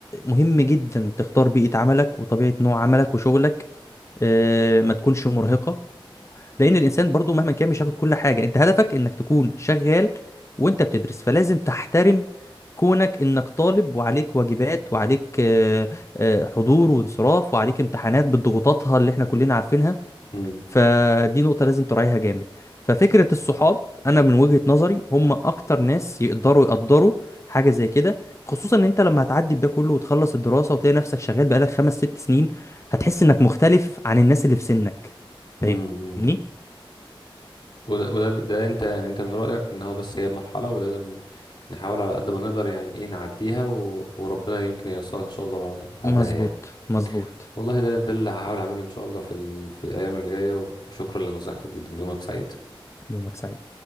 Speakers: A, on the left; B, on the left.
A: مهم جدا تختار بيئة عملك وطبيعة نوع عملك وشغلك آه، ما تكونش مرهقة لأن الإنسان برضو مهما كان مش هياخد كل حاجة أنت هدفك إنك تكون شغال وأنت بتدرس فلازم تحترم كونك إنك طالب وعليك واجبات وعليك آه، آه، حضور وانصراف وعليك امتحانات بضغوطاتها اللي إحنا كلنا عارفينها
B: امم
A: فدي نقطة لازم تراعيها جامد ففكرة الصحاب أنا من وجهة نظري هم أكتر ناس يقدروا يقدروا حاجة زي كده خصوصا إن أنت لما هتعدي بده كله وتخلص الدراسة وتلاقي نفسك شغال بقالك خمس ست سنين هتحس إنك مختلف عن الناس اللي في سنك فاهمني؟
B: امم وده, وده ده انت يعني انت من رأيك ان هو بس هي مرحلة ولازم نحاول على قد ما نقدر يعني ايه نعديها و... وربنا يمكن ييسرها ان شاء الله بع- بعدها
A: مظبوط
B: يعني
A: مظبوط
B: والله ده ده اللي هحاول اعمله ان شاء الله في ال... في الايام اللي جاية وشكرا لنصيحتك جدا يومك سعيد
A: يومك سعيد